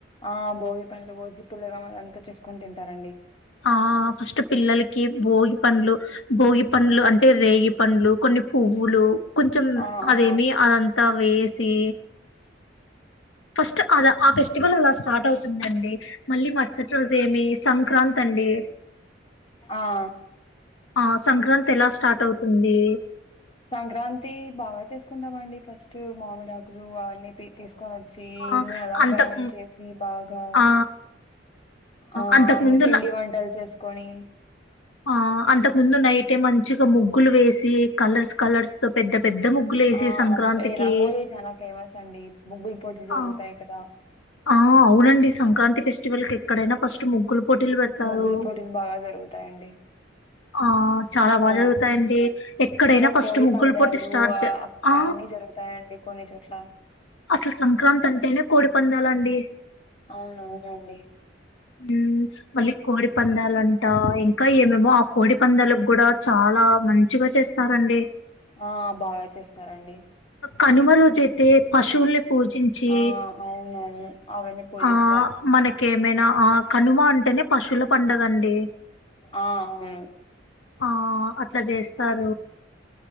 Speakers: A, on the left; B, on the left.
A: ఆ బోగి పండ్లు కోసి పిల్లలకు ఎంత చేసుకని తింటారండి
B: ఆ ఫస్ట్ పిల్లలకి భోగి పండ్లు భోగి పండ్లు అంటే రేగి పండ్లు కొన్ని పువ్వులు కొంచెం
A: ఆ ఆ
B: అదేమి అదంతా వేసి
A: <inaudible>
B: ఫస్ట్ అద ఆ ఫెస్టివల్ అలాస్ట్ స్టార్ట్ అవుతుందండి మళ్ళీ మరూసాటి రోజు ఏమి సంక్రాంతి అండి
A: ఆ
B: ఆ సంక్రాంతి ఎలా స్టార్ట్ అవుతుంది
A: సంక్రాంతి బాగా చేసుకుంటామండి ఫస్ట్ మామిడాకులు అవన్నీ తీసుకు వచ్చి
B: ఆ
A: ఇల్లుని అలంకర
B: అంతకు
A: చేసి బాగా
B: ఆ
A: ఆ
B: అంతకు ముందున్న
A: పిండి వంటలు చేసుకో కొని
B: ఆ అంతకు ముందు నైట్ే మంచిగా ముగ్గులు వేసి కలర్స్ కలర్స్ తో పెద్ద పెద్ద ముగ్గులు వేసి
A: ఆ
B: సంక్రాంతికి
A: ఈ రంగోలీ చాలా ఫేమస్ అండి ముగ్గుల్ పోటీలు జరుగుతాయి
B: ఆ
A: కదా
B: ఆ అవునండి సంక్రాంతి ఫెస్టివల్ కి ఎక్కడైనా ఫస్ట్ ముగ్గులు పోటీలు పెడతారు
A: ముగ్గుల పోటీలు బాగా జరుగుతాయండి
B: ఆ చాలా బాగా
A: ఆ
B: జరుగుతాయండి ఎక్కడైనా
A: ఇంకా
B: ఫస్ట్
A: కోడి
B: ముగ్గులు
A: పందలు
B: పోటీ స్టార్ట్ చే ఆ
A: అవన్నీ జరుగుతాయండి కొన్ని చోట్లు
B: అసలు సంక్రాంతి అంటేనే కోడి పందాలండి
A: అవునవునండి.
B: ఉ మళ్ళీ కోడి పందాలంటా ఇంకా మేము ఆ కోడి పందలకు కూడా చాలా మంచి ముచ్చుగా చేస్తారండి
A: ఆ బాగా చేస్తారండి
B: కనుమ రోజు తే పశువుల్ని పూజించి
A: ఆ అవునవును అవన్నీ పూజిస్తారు.
B: ఆ మనకేమైనా ఆ కనుమ అంటేనే పశువుల పండగ అండి
A: ఆ అవును
B: ఆ అట్లా చేస్తారు